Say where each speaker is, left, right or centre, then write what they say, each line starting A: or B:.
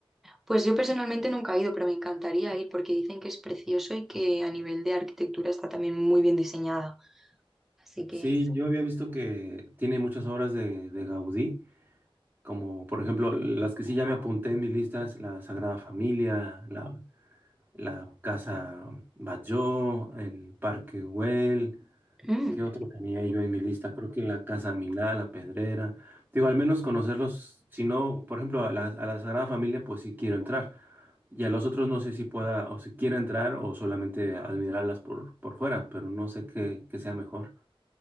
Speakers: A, in the centre; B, on the right.
A: Pues yo personalmente nunca he ido, pero me encantaría ir porque dicen que es precioso y que a nivel de arquitectura está también muy bien diseñada. Así que,
B: Sí, yo había visto que tiene muchas obras de, de Gaudí. Como por ejemplo, las que sí ya me apunté en mi lista es la Sagrada Familia, la, la Casa Batlló, el Parque Güell.
A: mm,
B: ¿Qué otro tenía yo en mi lista? Creo que la Casa Milá, la Pedrera. Digo, al menos conocerlos. Si no, por ejemplo, a la, a la Sagrada Familia, pues sí quiero entrar. Y a los otros no sé si pueda o si quiera entrar o solamente admirarlas por, por fuera, pero no sé qué, qué sea mejor.